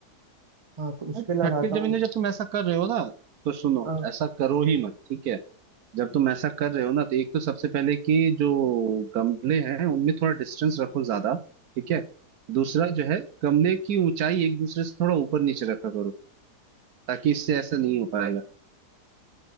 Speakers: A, on the right; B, on the right.
A: हाँ तो उस
B: छत
A: पे लगाता
B: की जमीन
A: हूँ
B: में जब तुम ऐसा कर रहे हो ना तो सुनो
A: अ,
B: ऐसा करो ही मत ठीक है जब तुम ऐसा कर रहे हो ना तो एक तो सबसे पहले कि जो गमले हैं उनमें थोड़ा डिस्टेंस रखो ज्यादा ठीक है दूसरा जो है गमले की ऊंचाई एक दूसरे से थोड़ा ऊपर नीचे रखा करो ताकि इससे ऐसा नहीं हो पाएगा